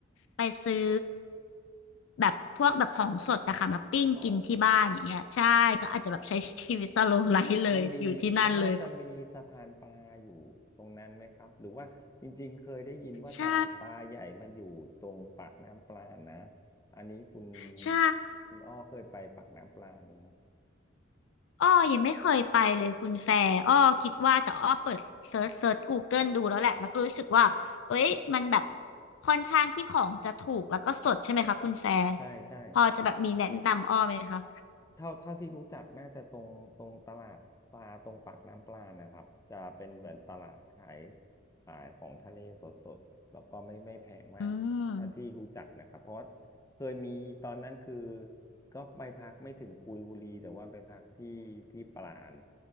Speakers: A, on the left; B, on the left.
A: ไปซื้อแบบพวกแบบของสดอะค่ะมาปิ้งกินที่บ้านอย่างเงี้ยใช่ก็อาจจะแบบใช้ชีวิตสโลว์ไลฟ์เลยอยู่ที่นั่นเลย
B: อ๋อ มันมันมีมันน่าจะมีสะพานปลาอยู่ตรงนั้นไหมครับหรือว่าจริงๆเคยได้ยินว่าตลาดปลาใหญ่มันอยู่ตรงปากน้ำปลาณนะ
A: ใช่
B: อันนี้คุณ
A: ใช่
B: คุณอ้อเคยไปปากน้ำปลาณไหมฮะ
A: อ้อยังไม่เคยไปเลยคุณแฟร์อ้อคิดว่าแต่อ้อเปิดเซิร์ชเซิร์ช Google ดูแล้วแหละแล้วก็รู้สึกว่าเอ้ยมันแบบค่อนข้างที่ของจะถูกแล้วก็สดใช่ไหมคะคุณแฟร์
B: ใช่ใช่
A: พอจะแบบมีแนะนำอ้อไหมคะ
B: เท่าเท่าที่รู้จักน่าจะตรงตรงตลาดปลาตรงปากน้ำปลานะครับจะเป็นเหมือนตลาดขายขายของทะเลสดๆแล้วก็ไม่ไม่แพงมากเท่าที่รู้จักนะครับเพราะว่า
A: อืม
B: เคยมีตอนนั้นคือก็ไปพักไม่ถึงกุยบุรีแต่ว่าไปพักที่ที่ปราณ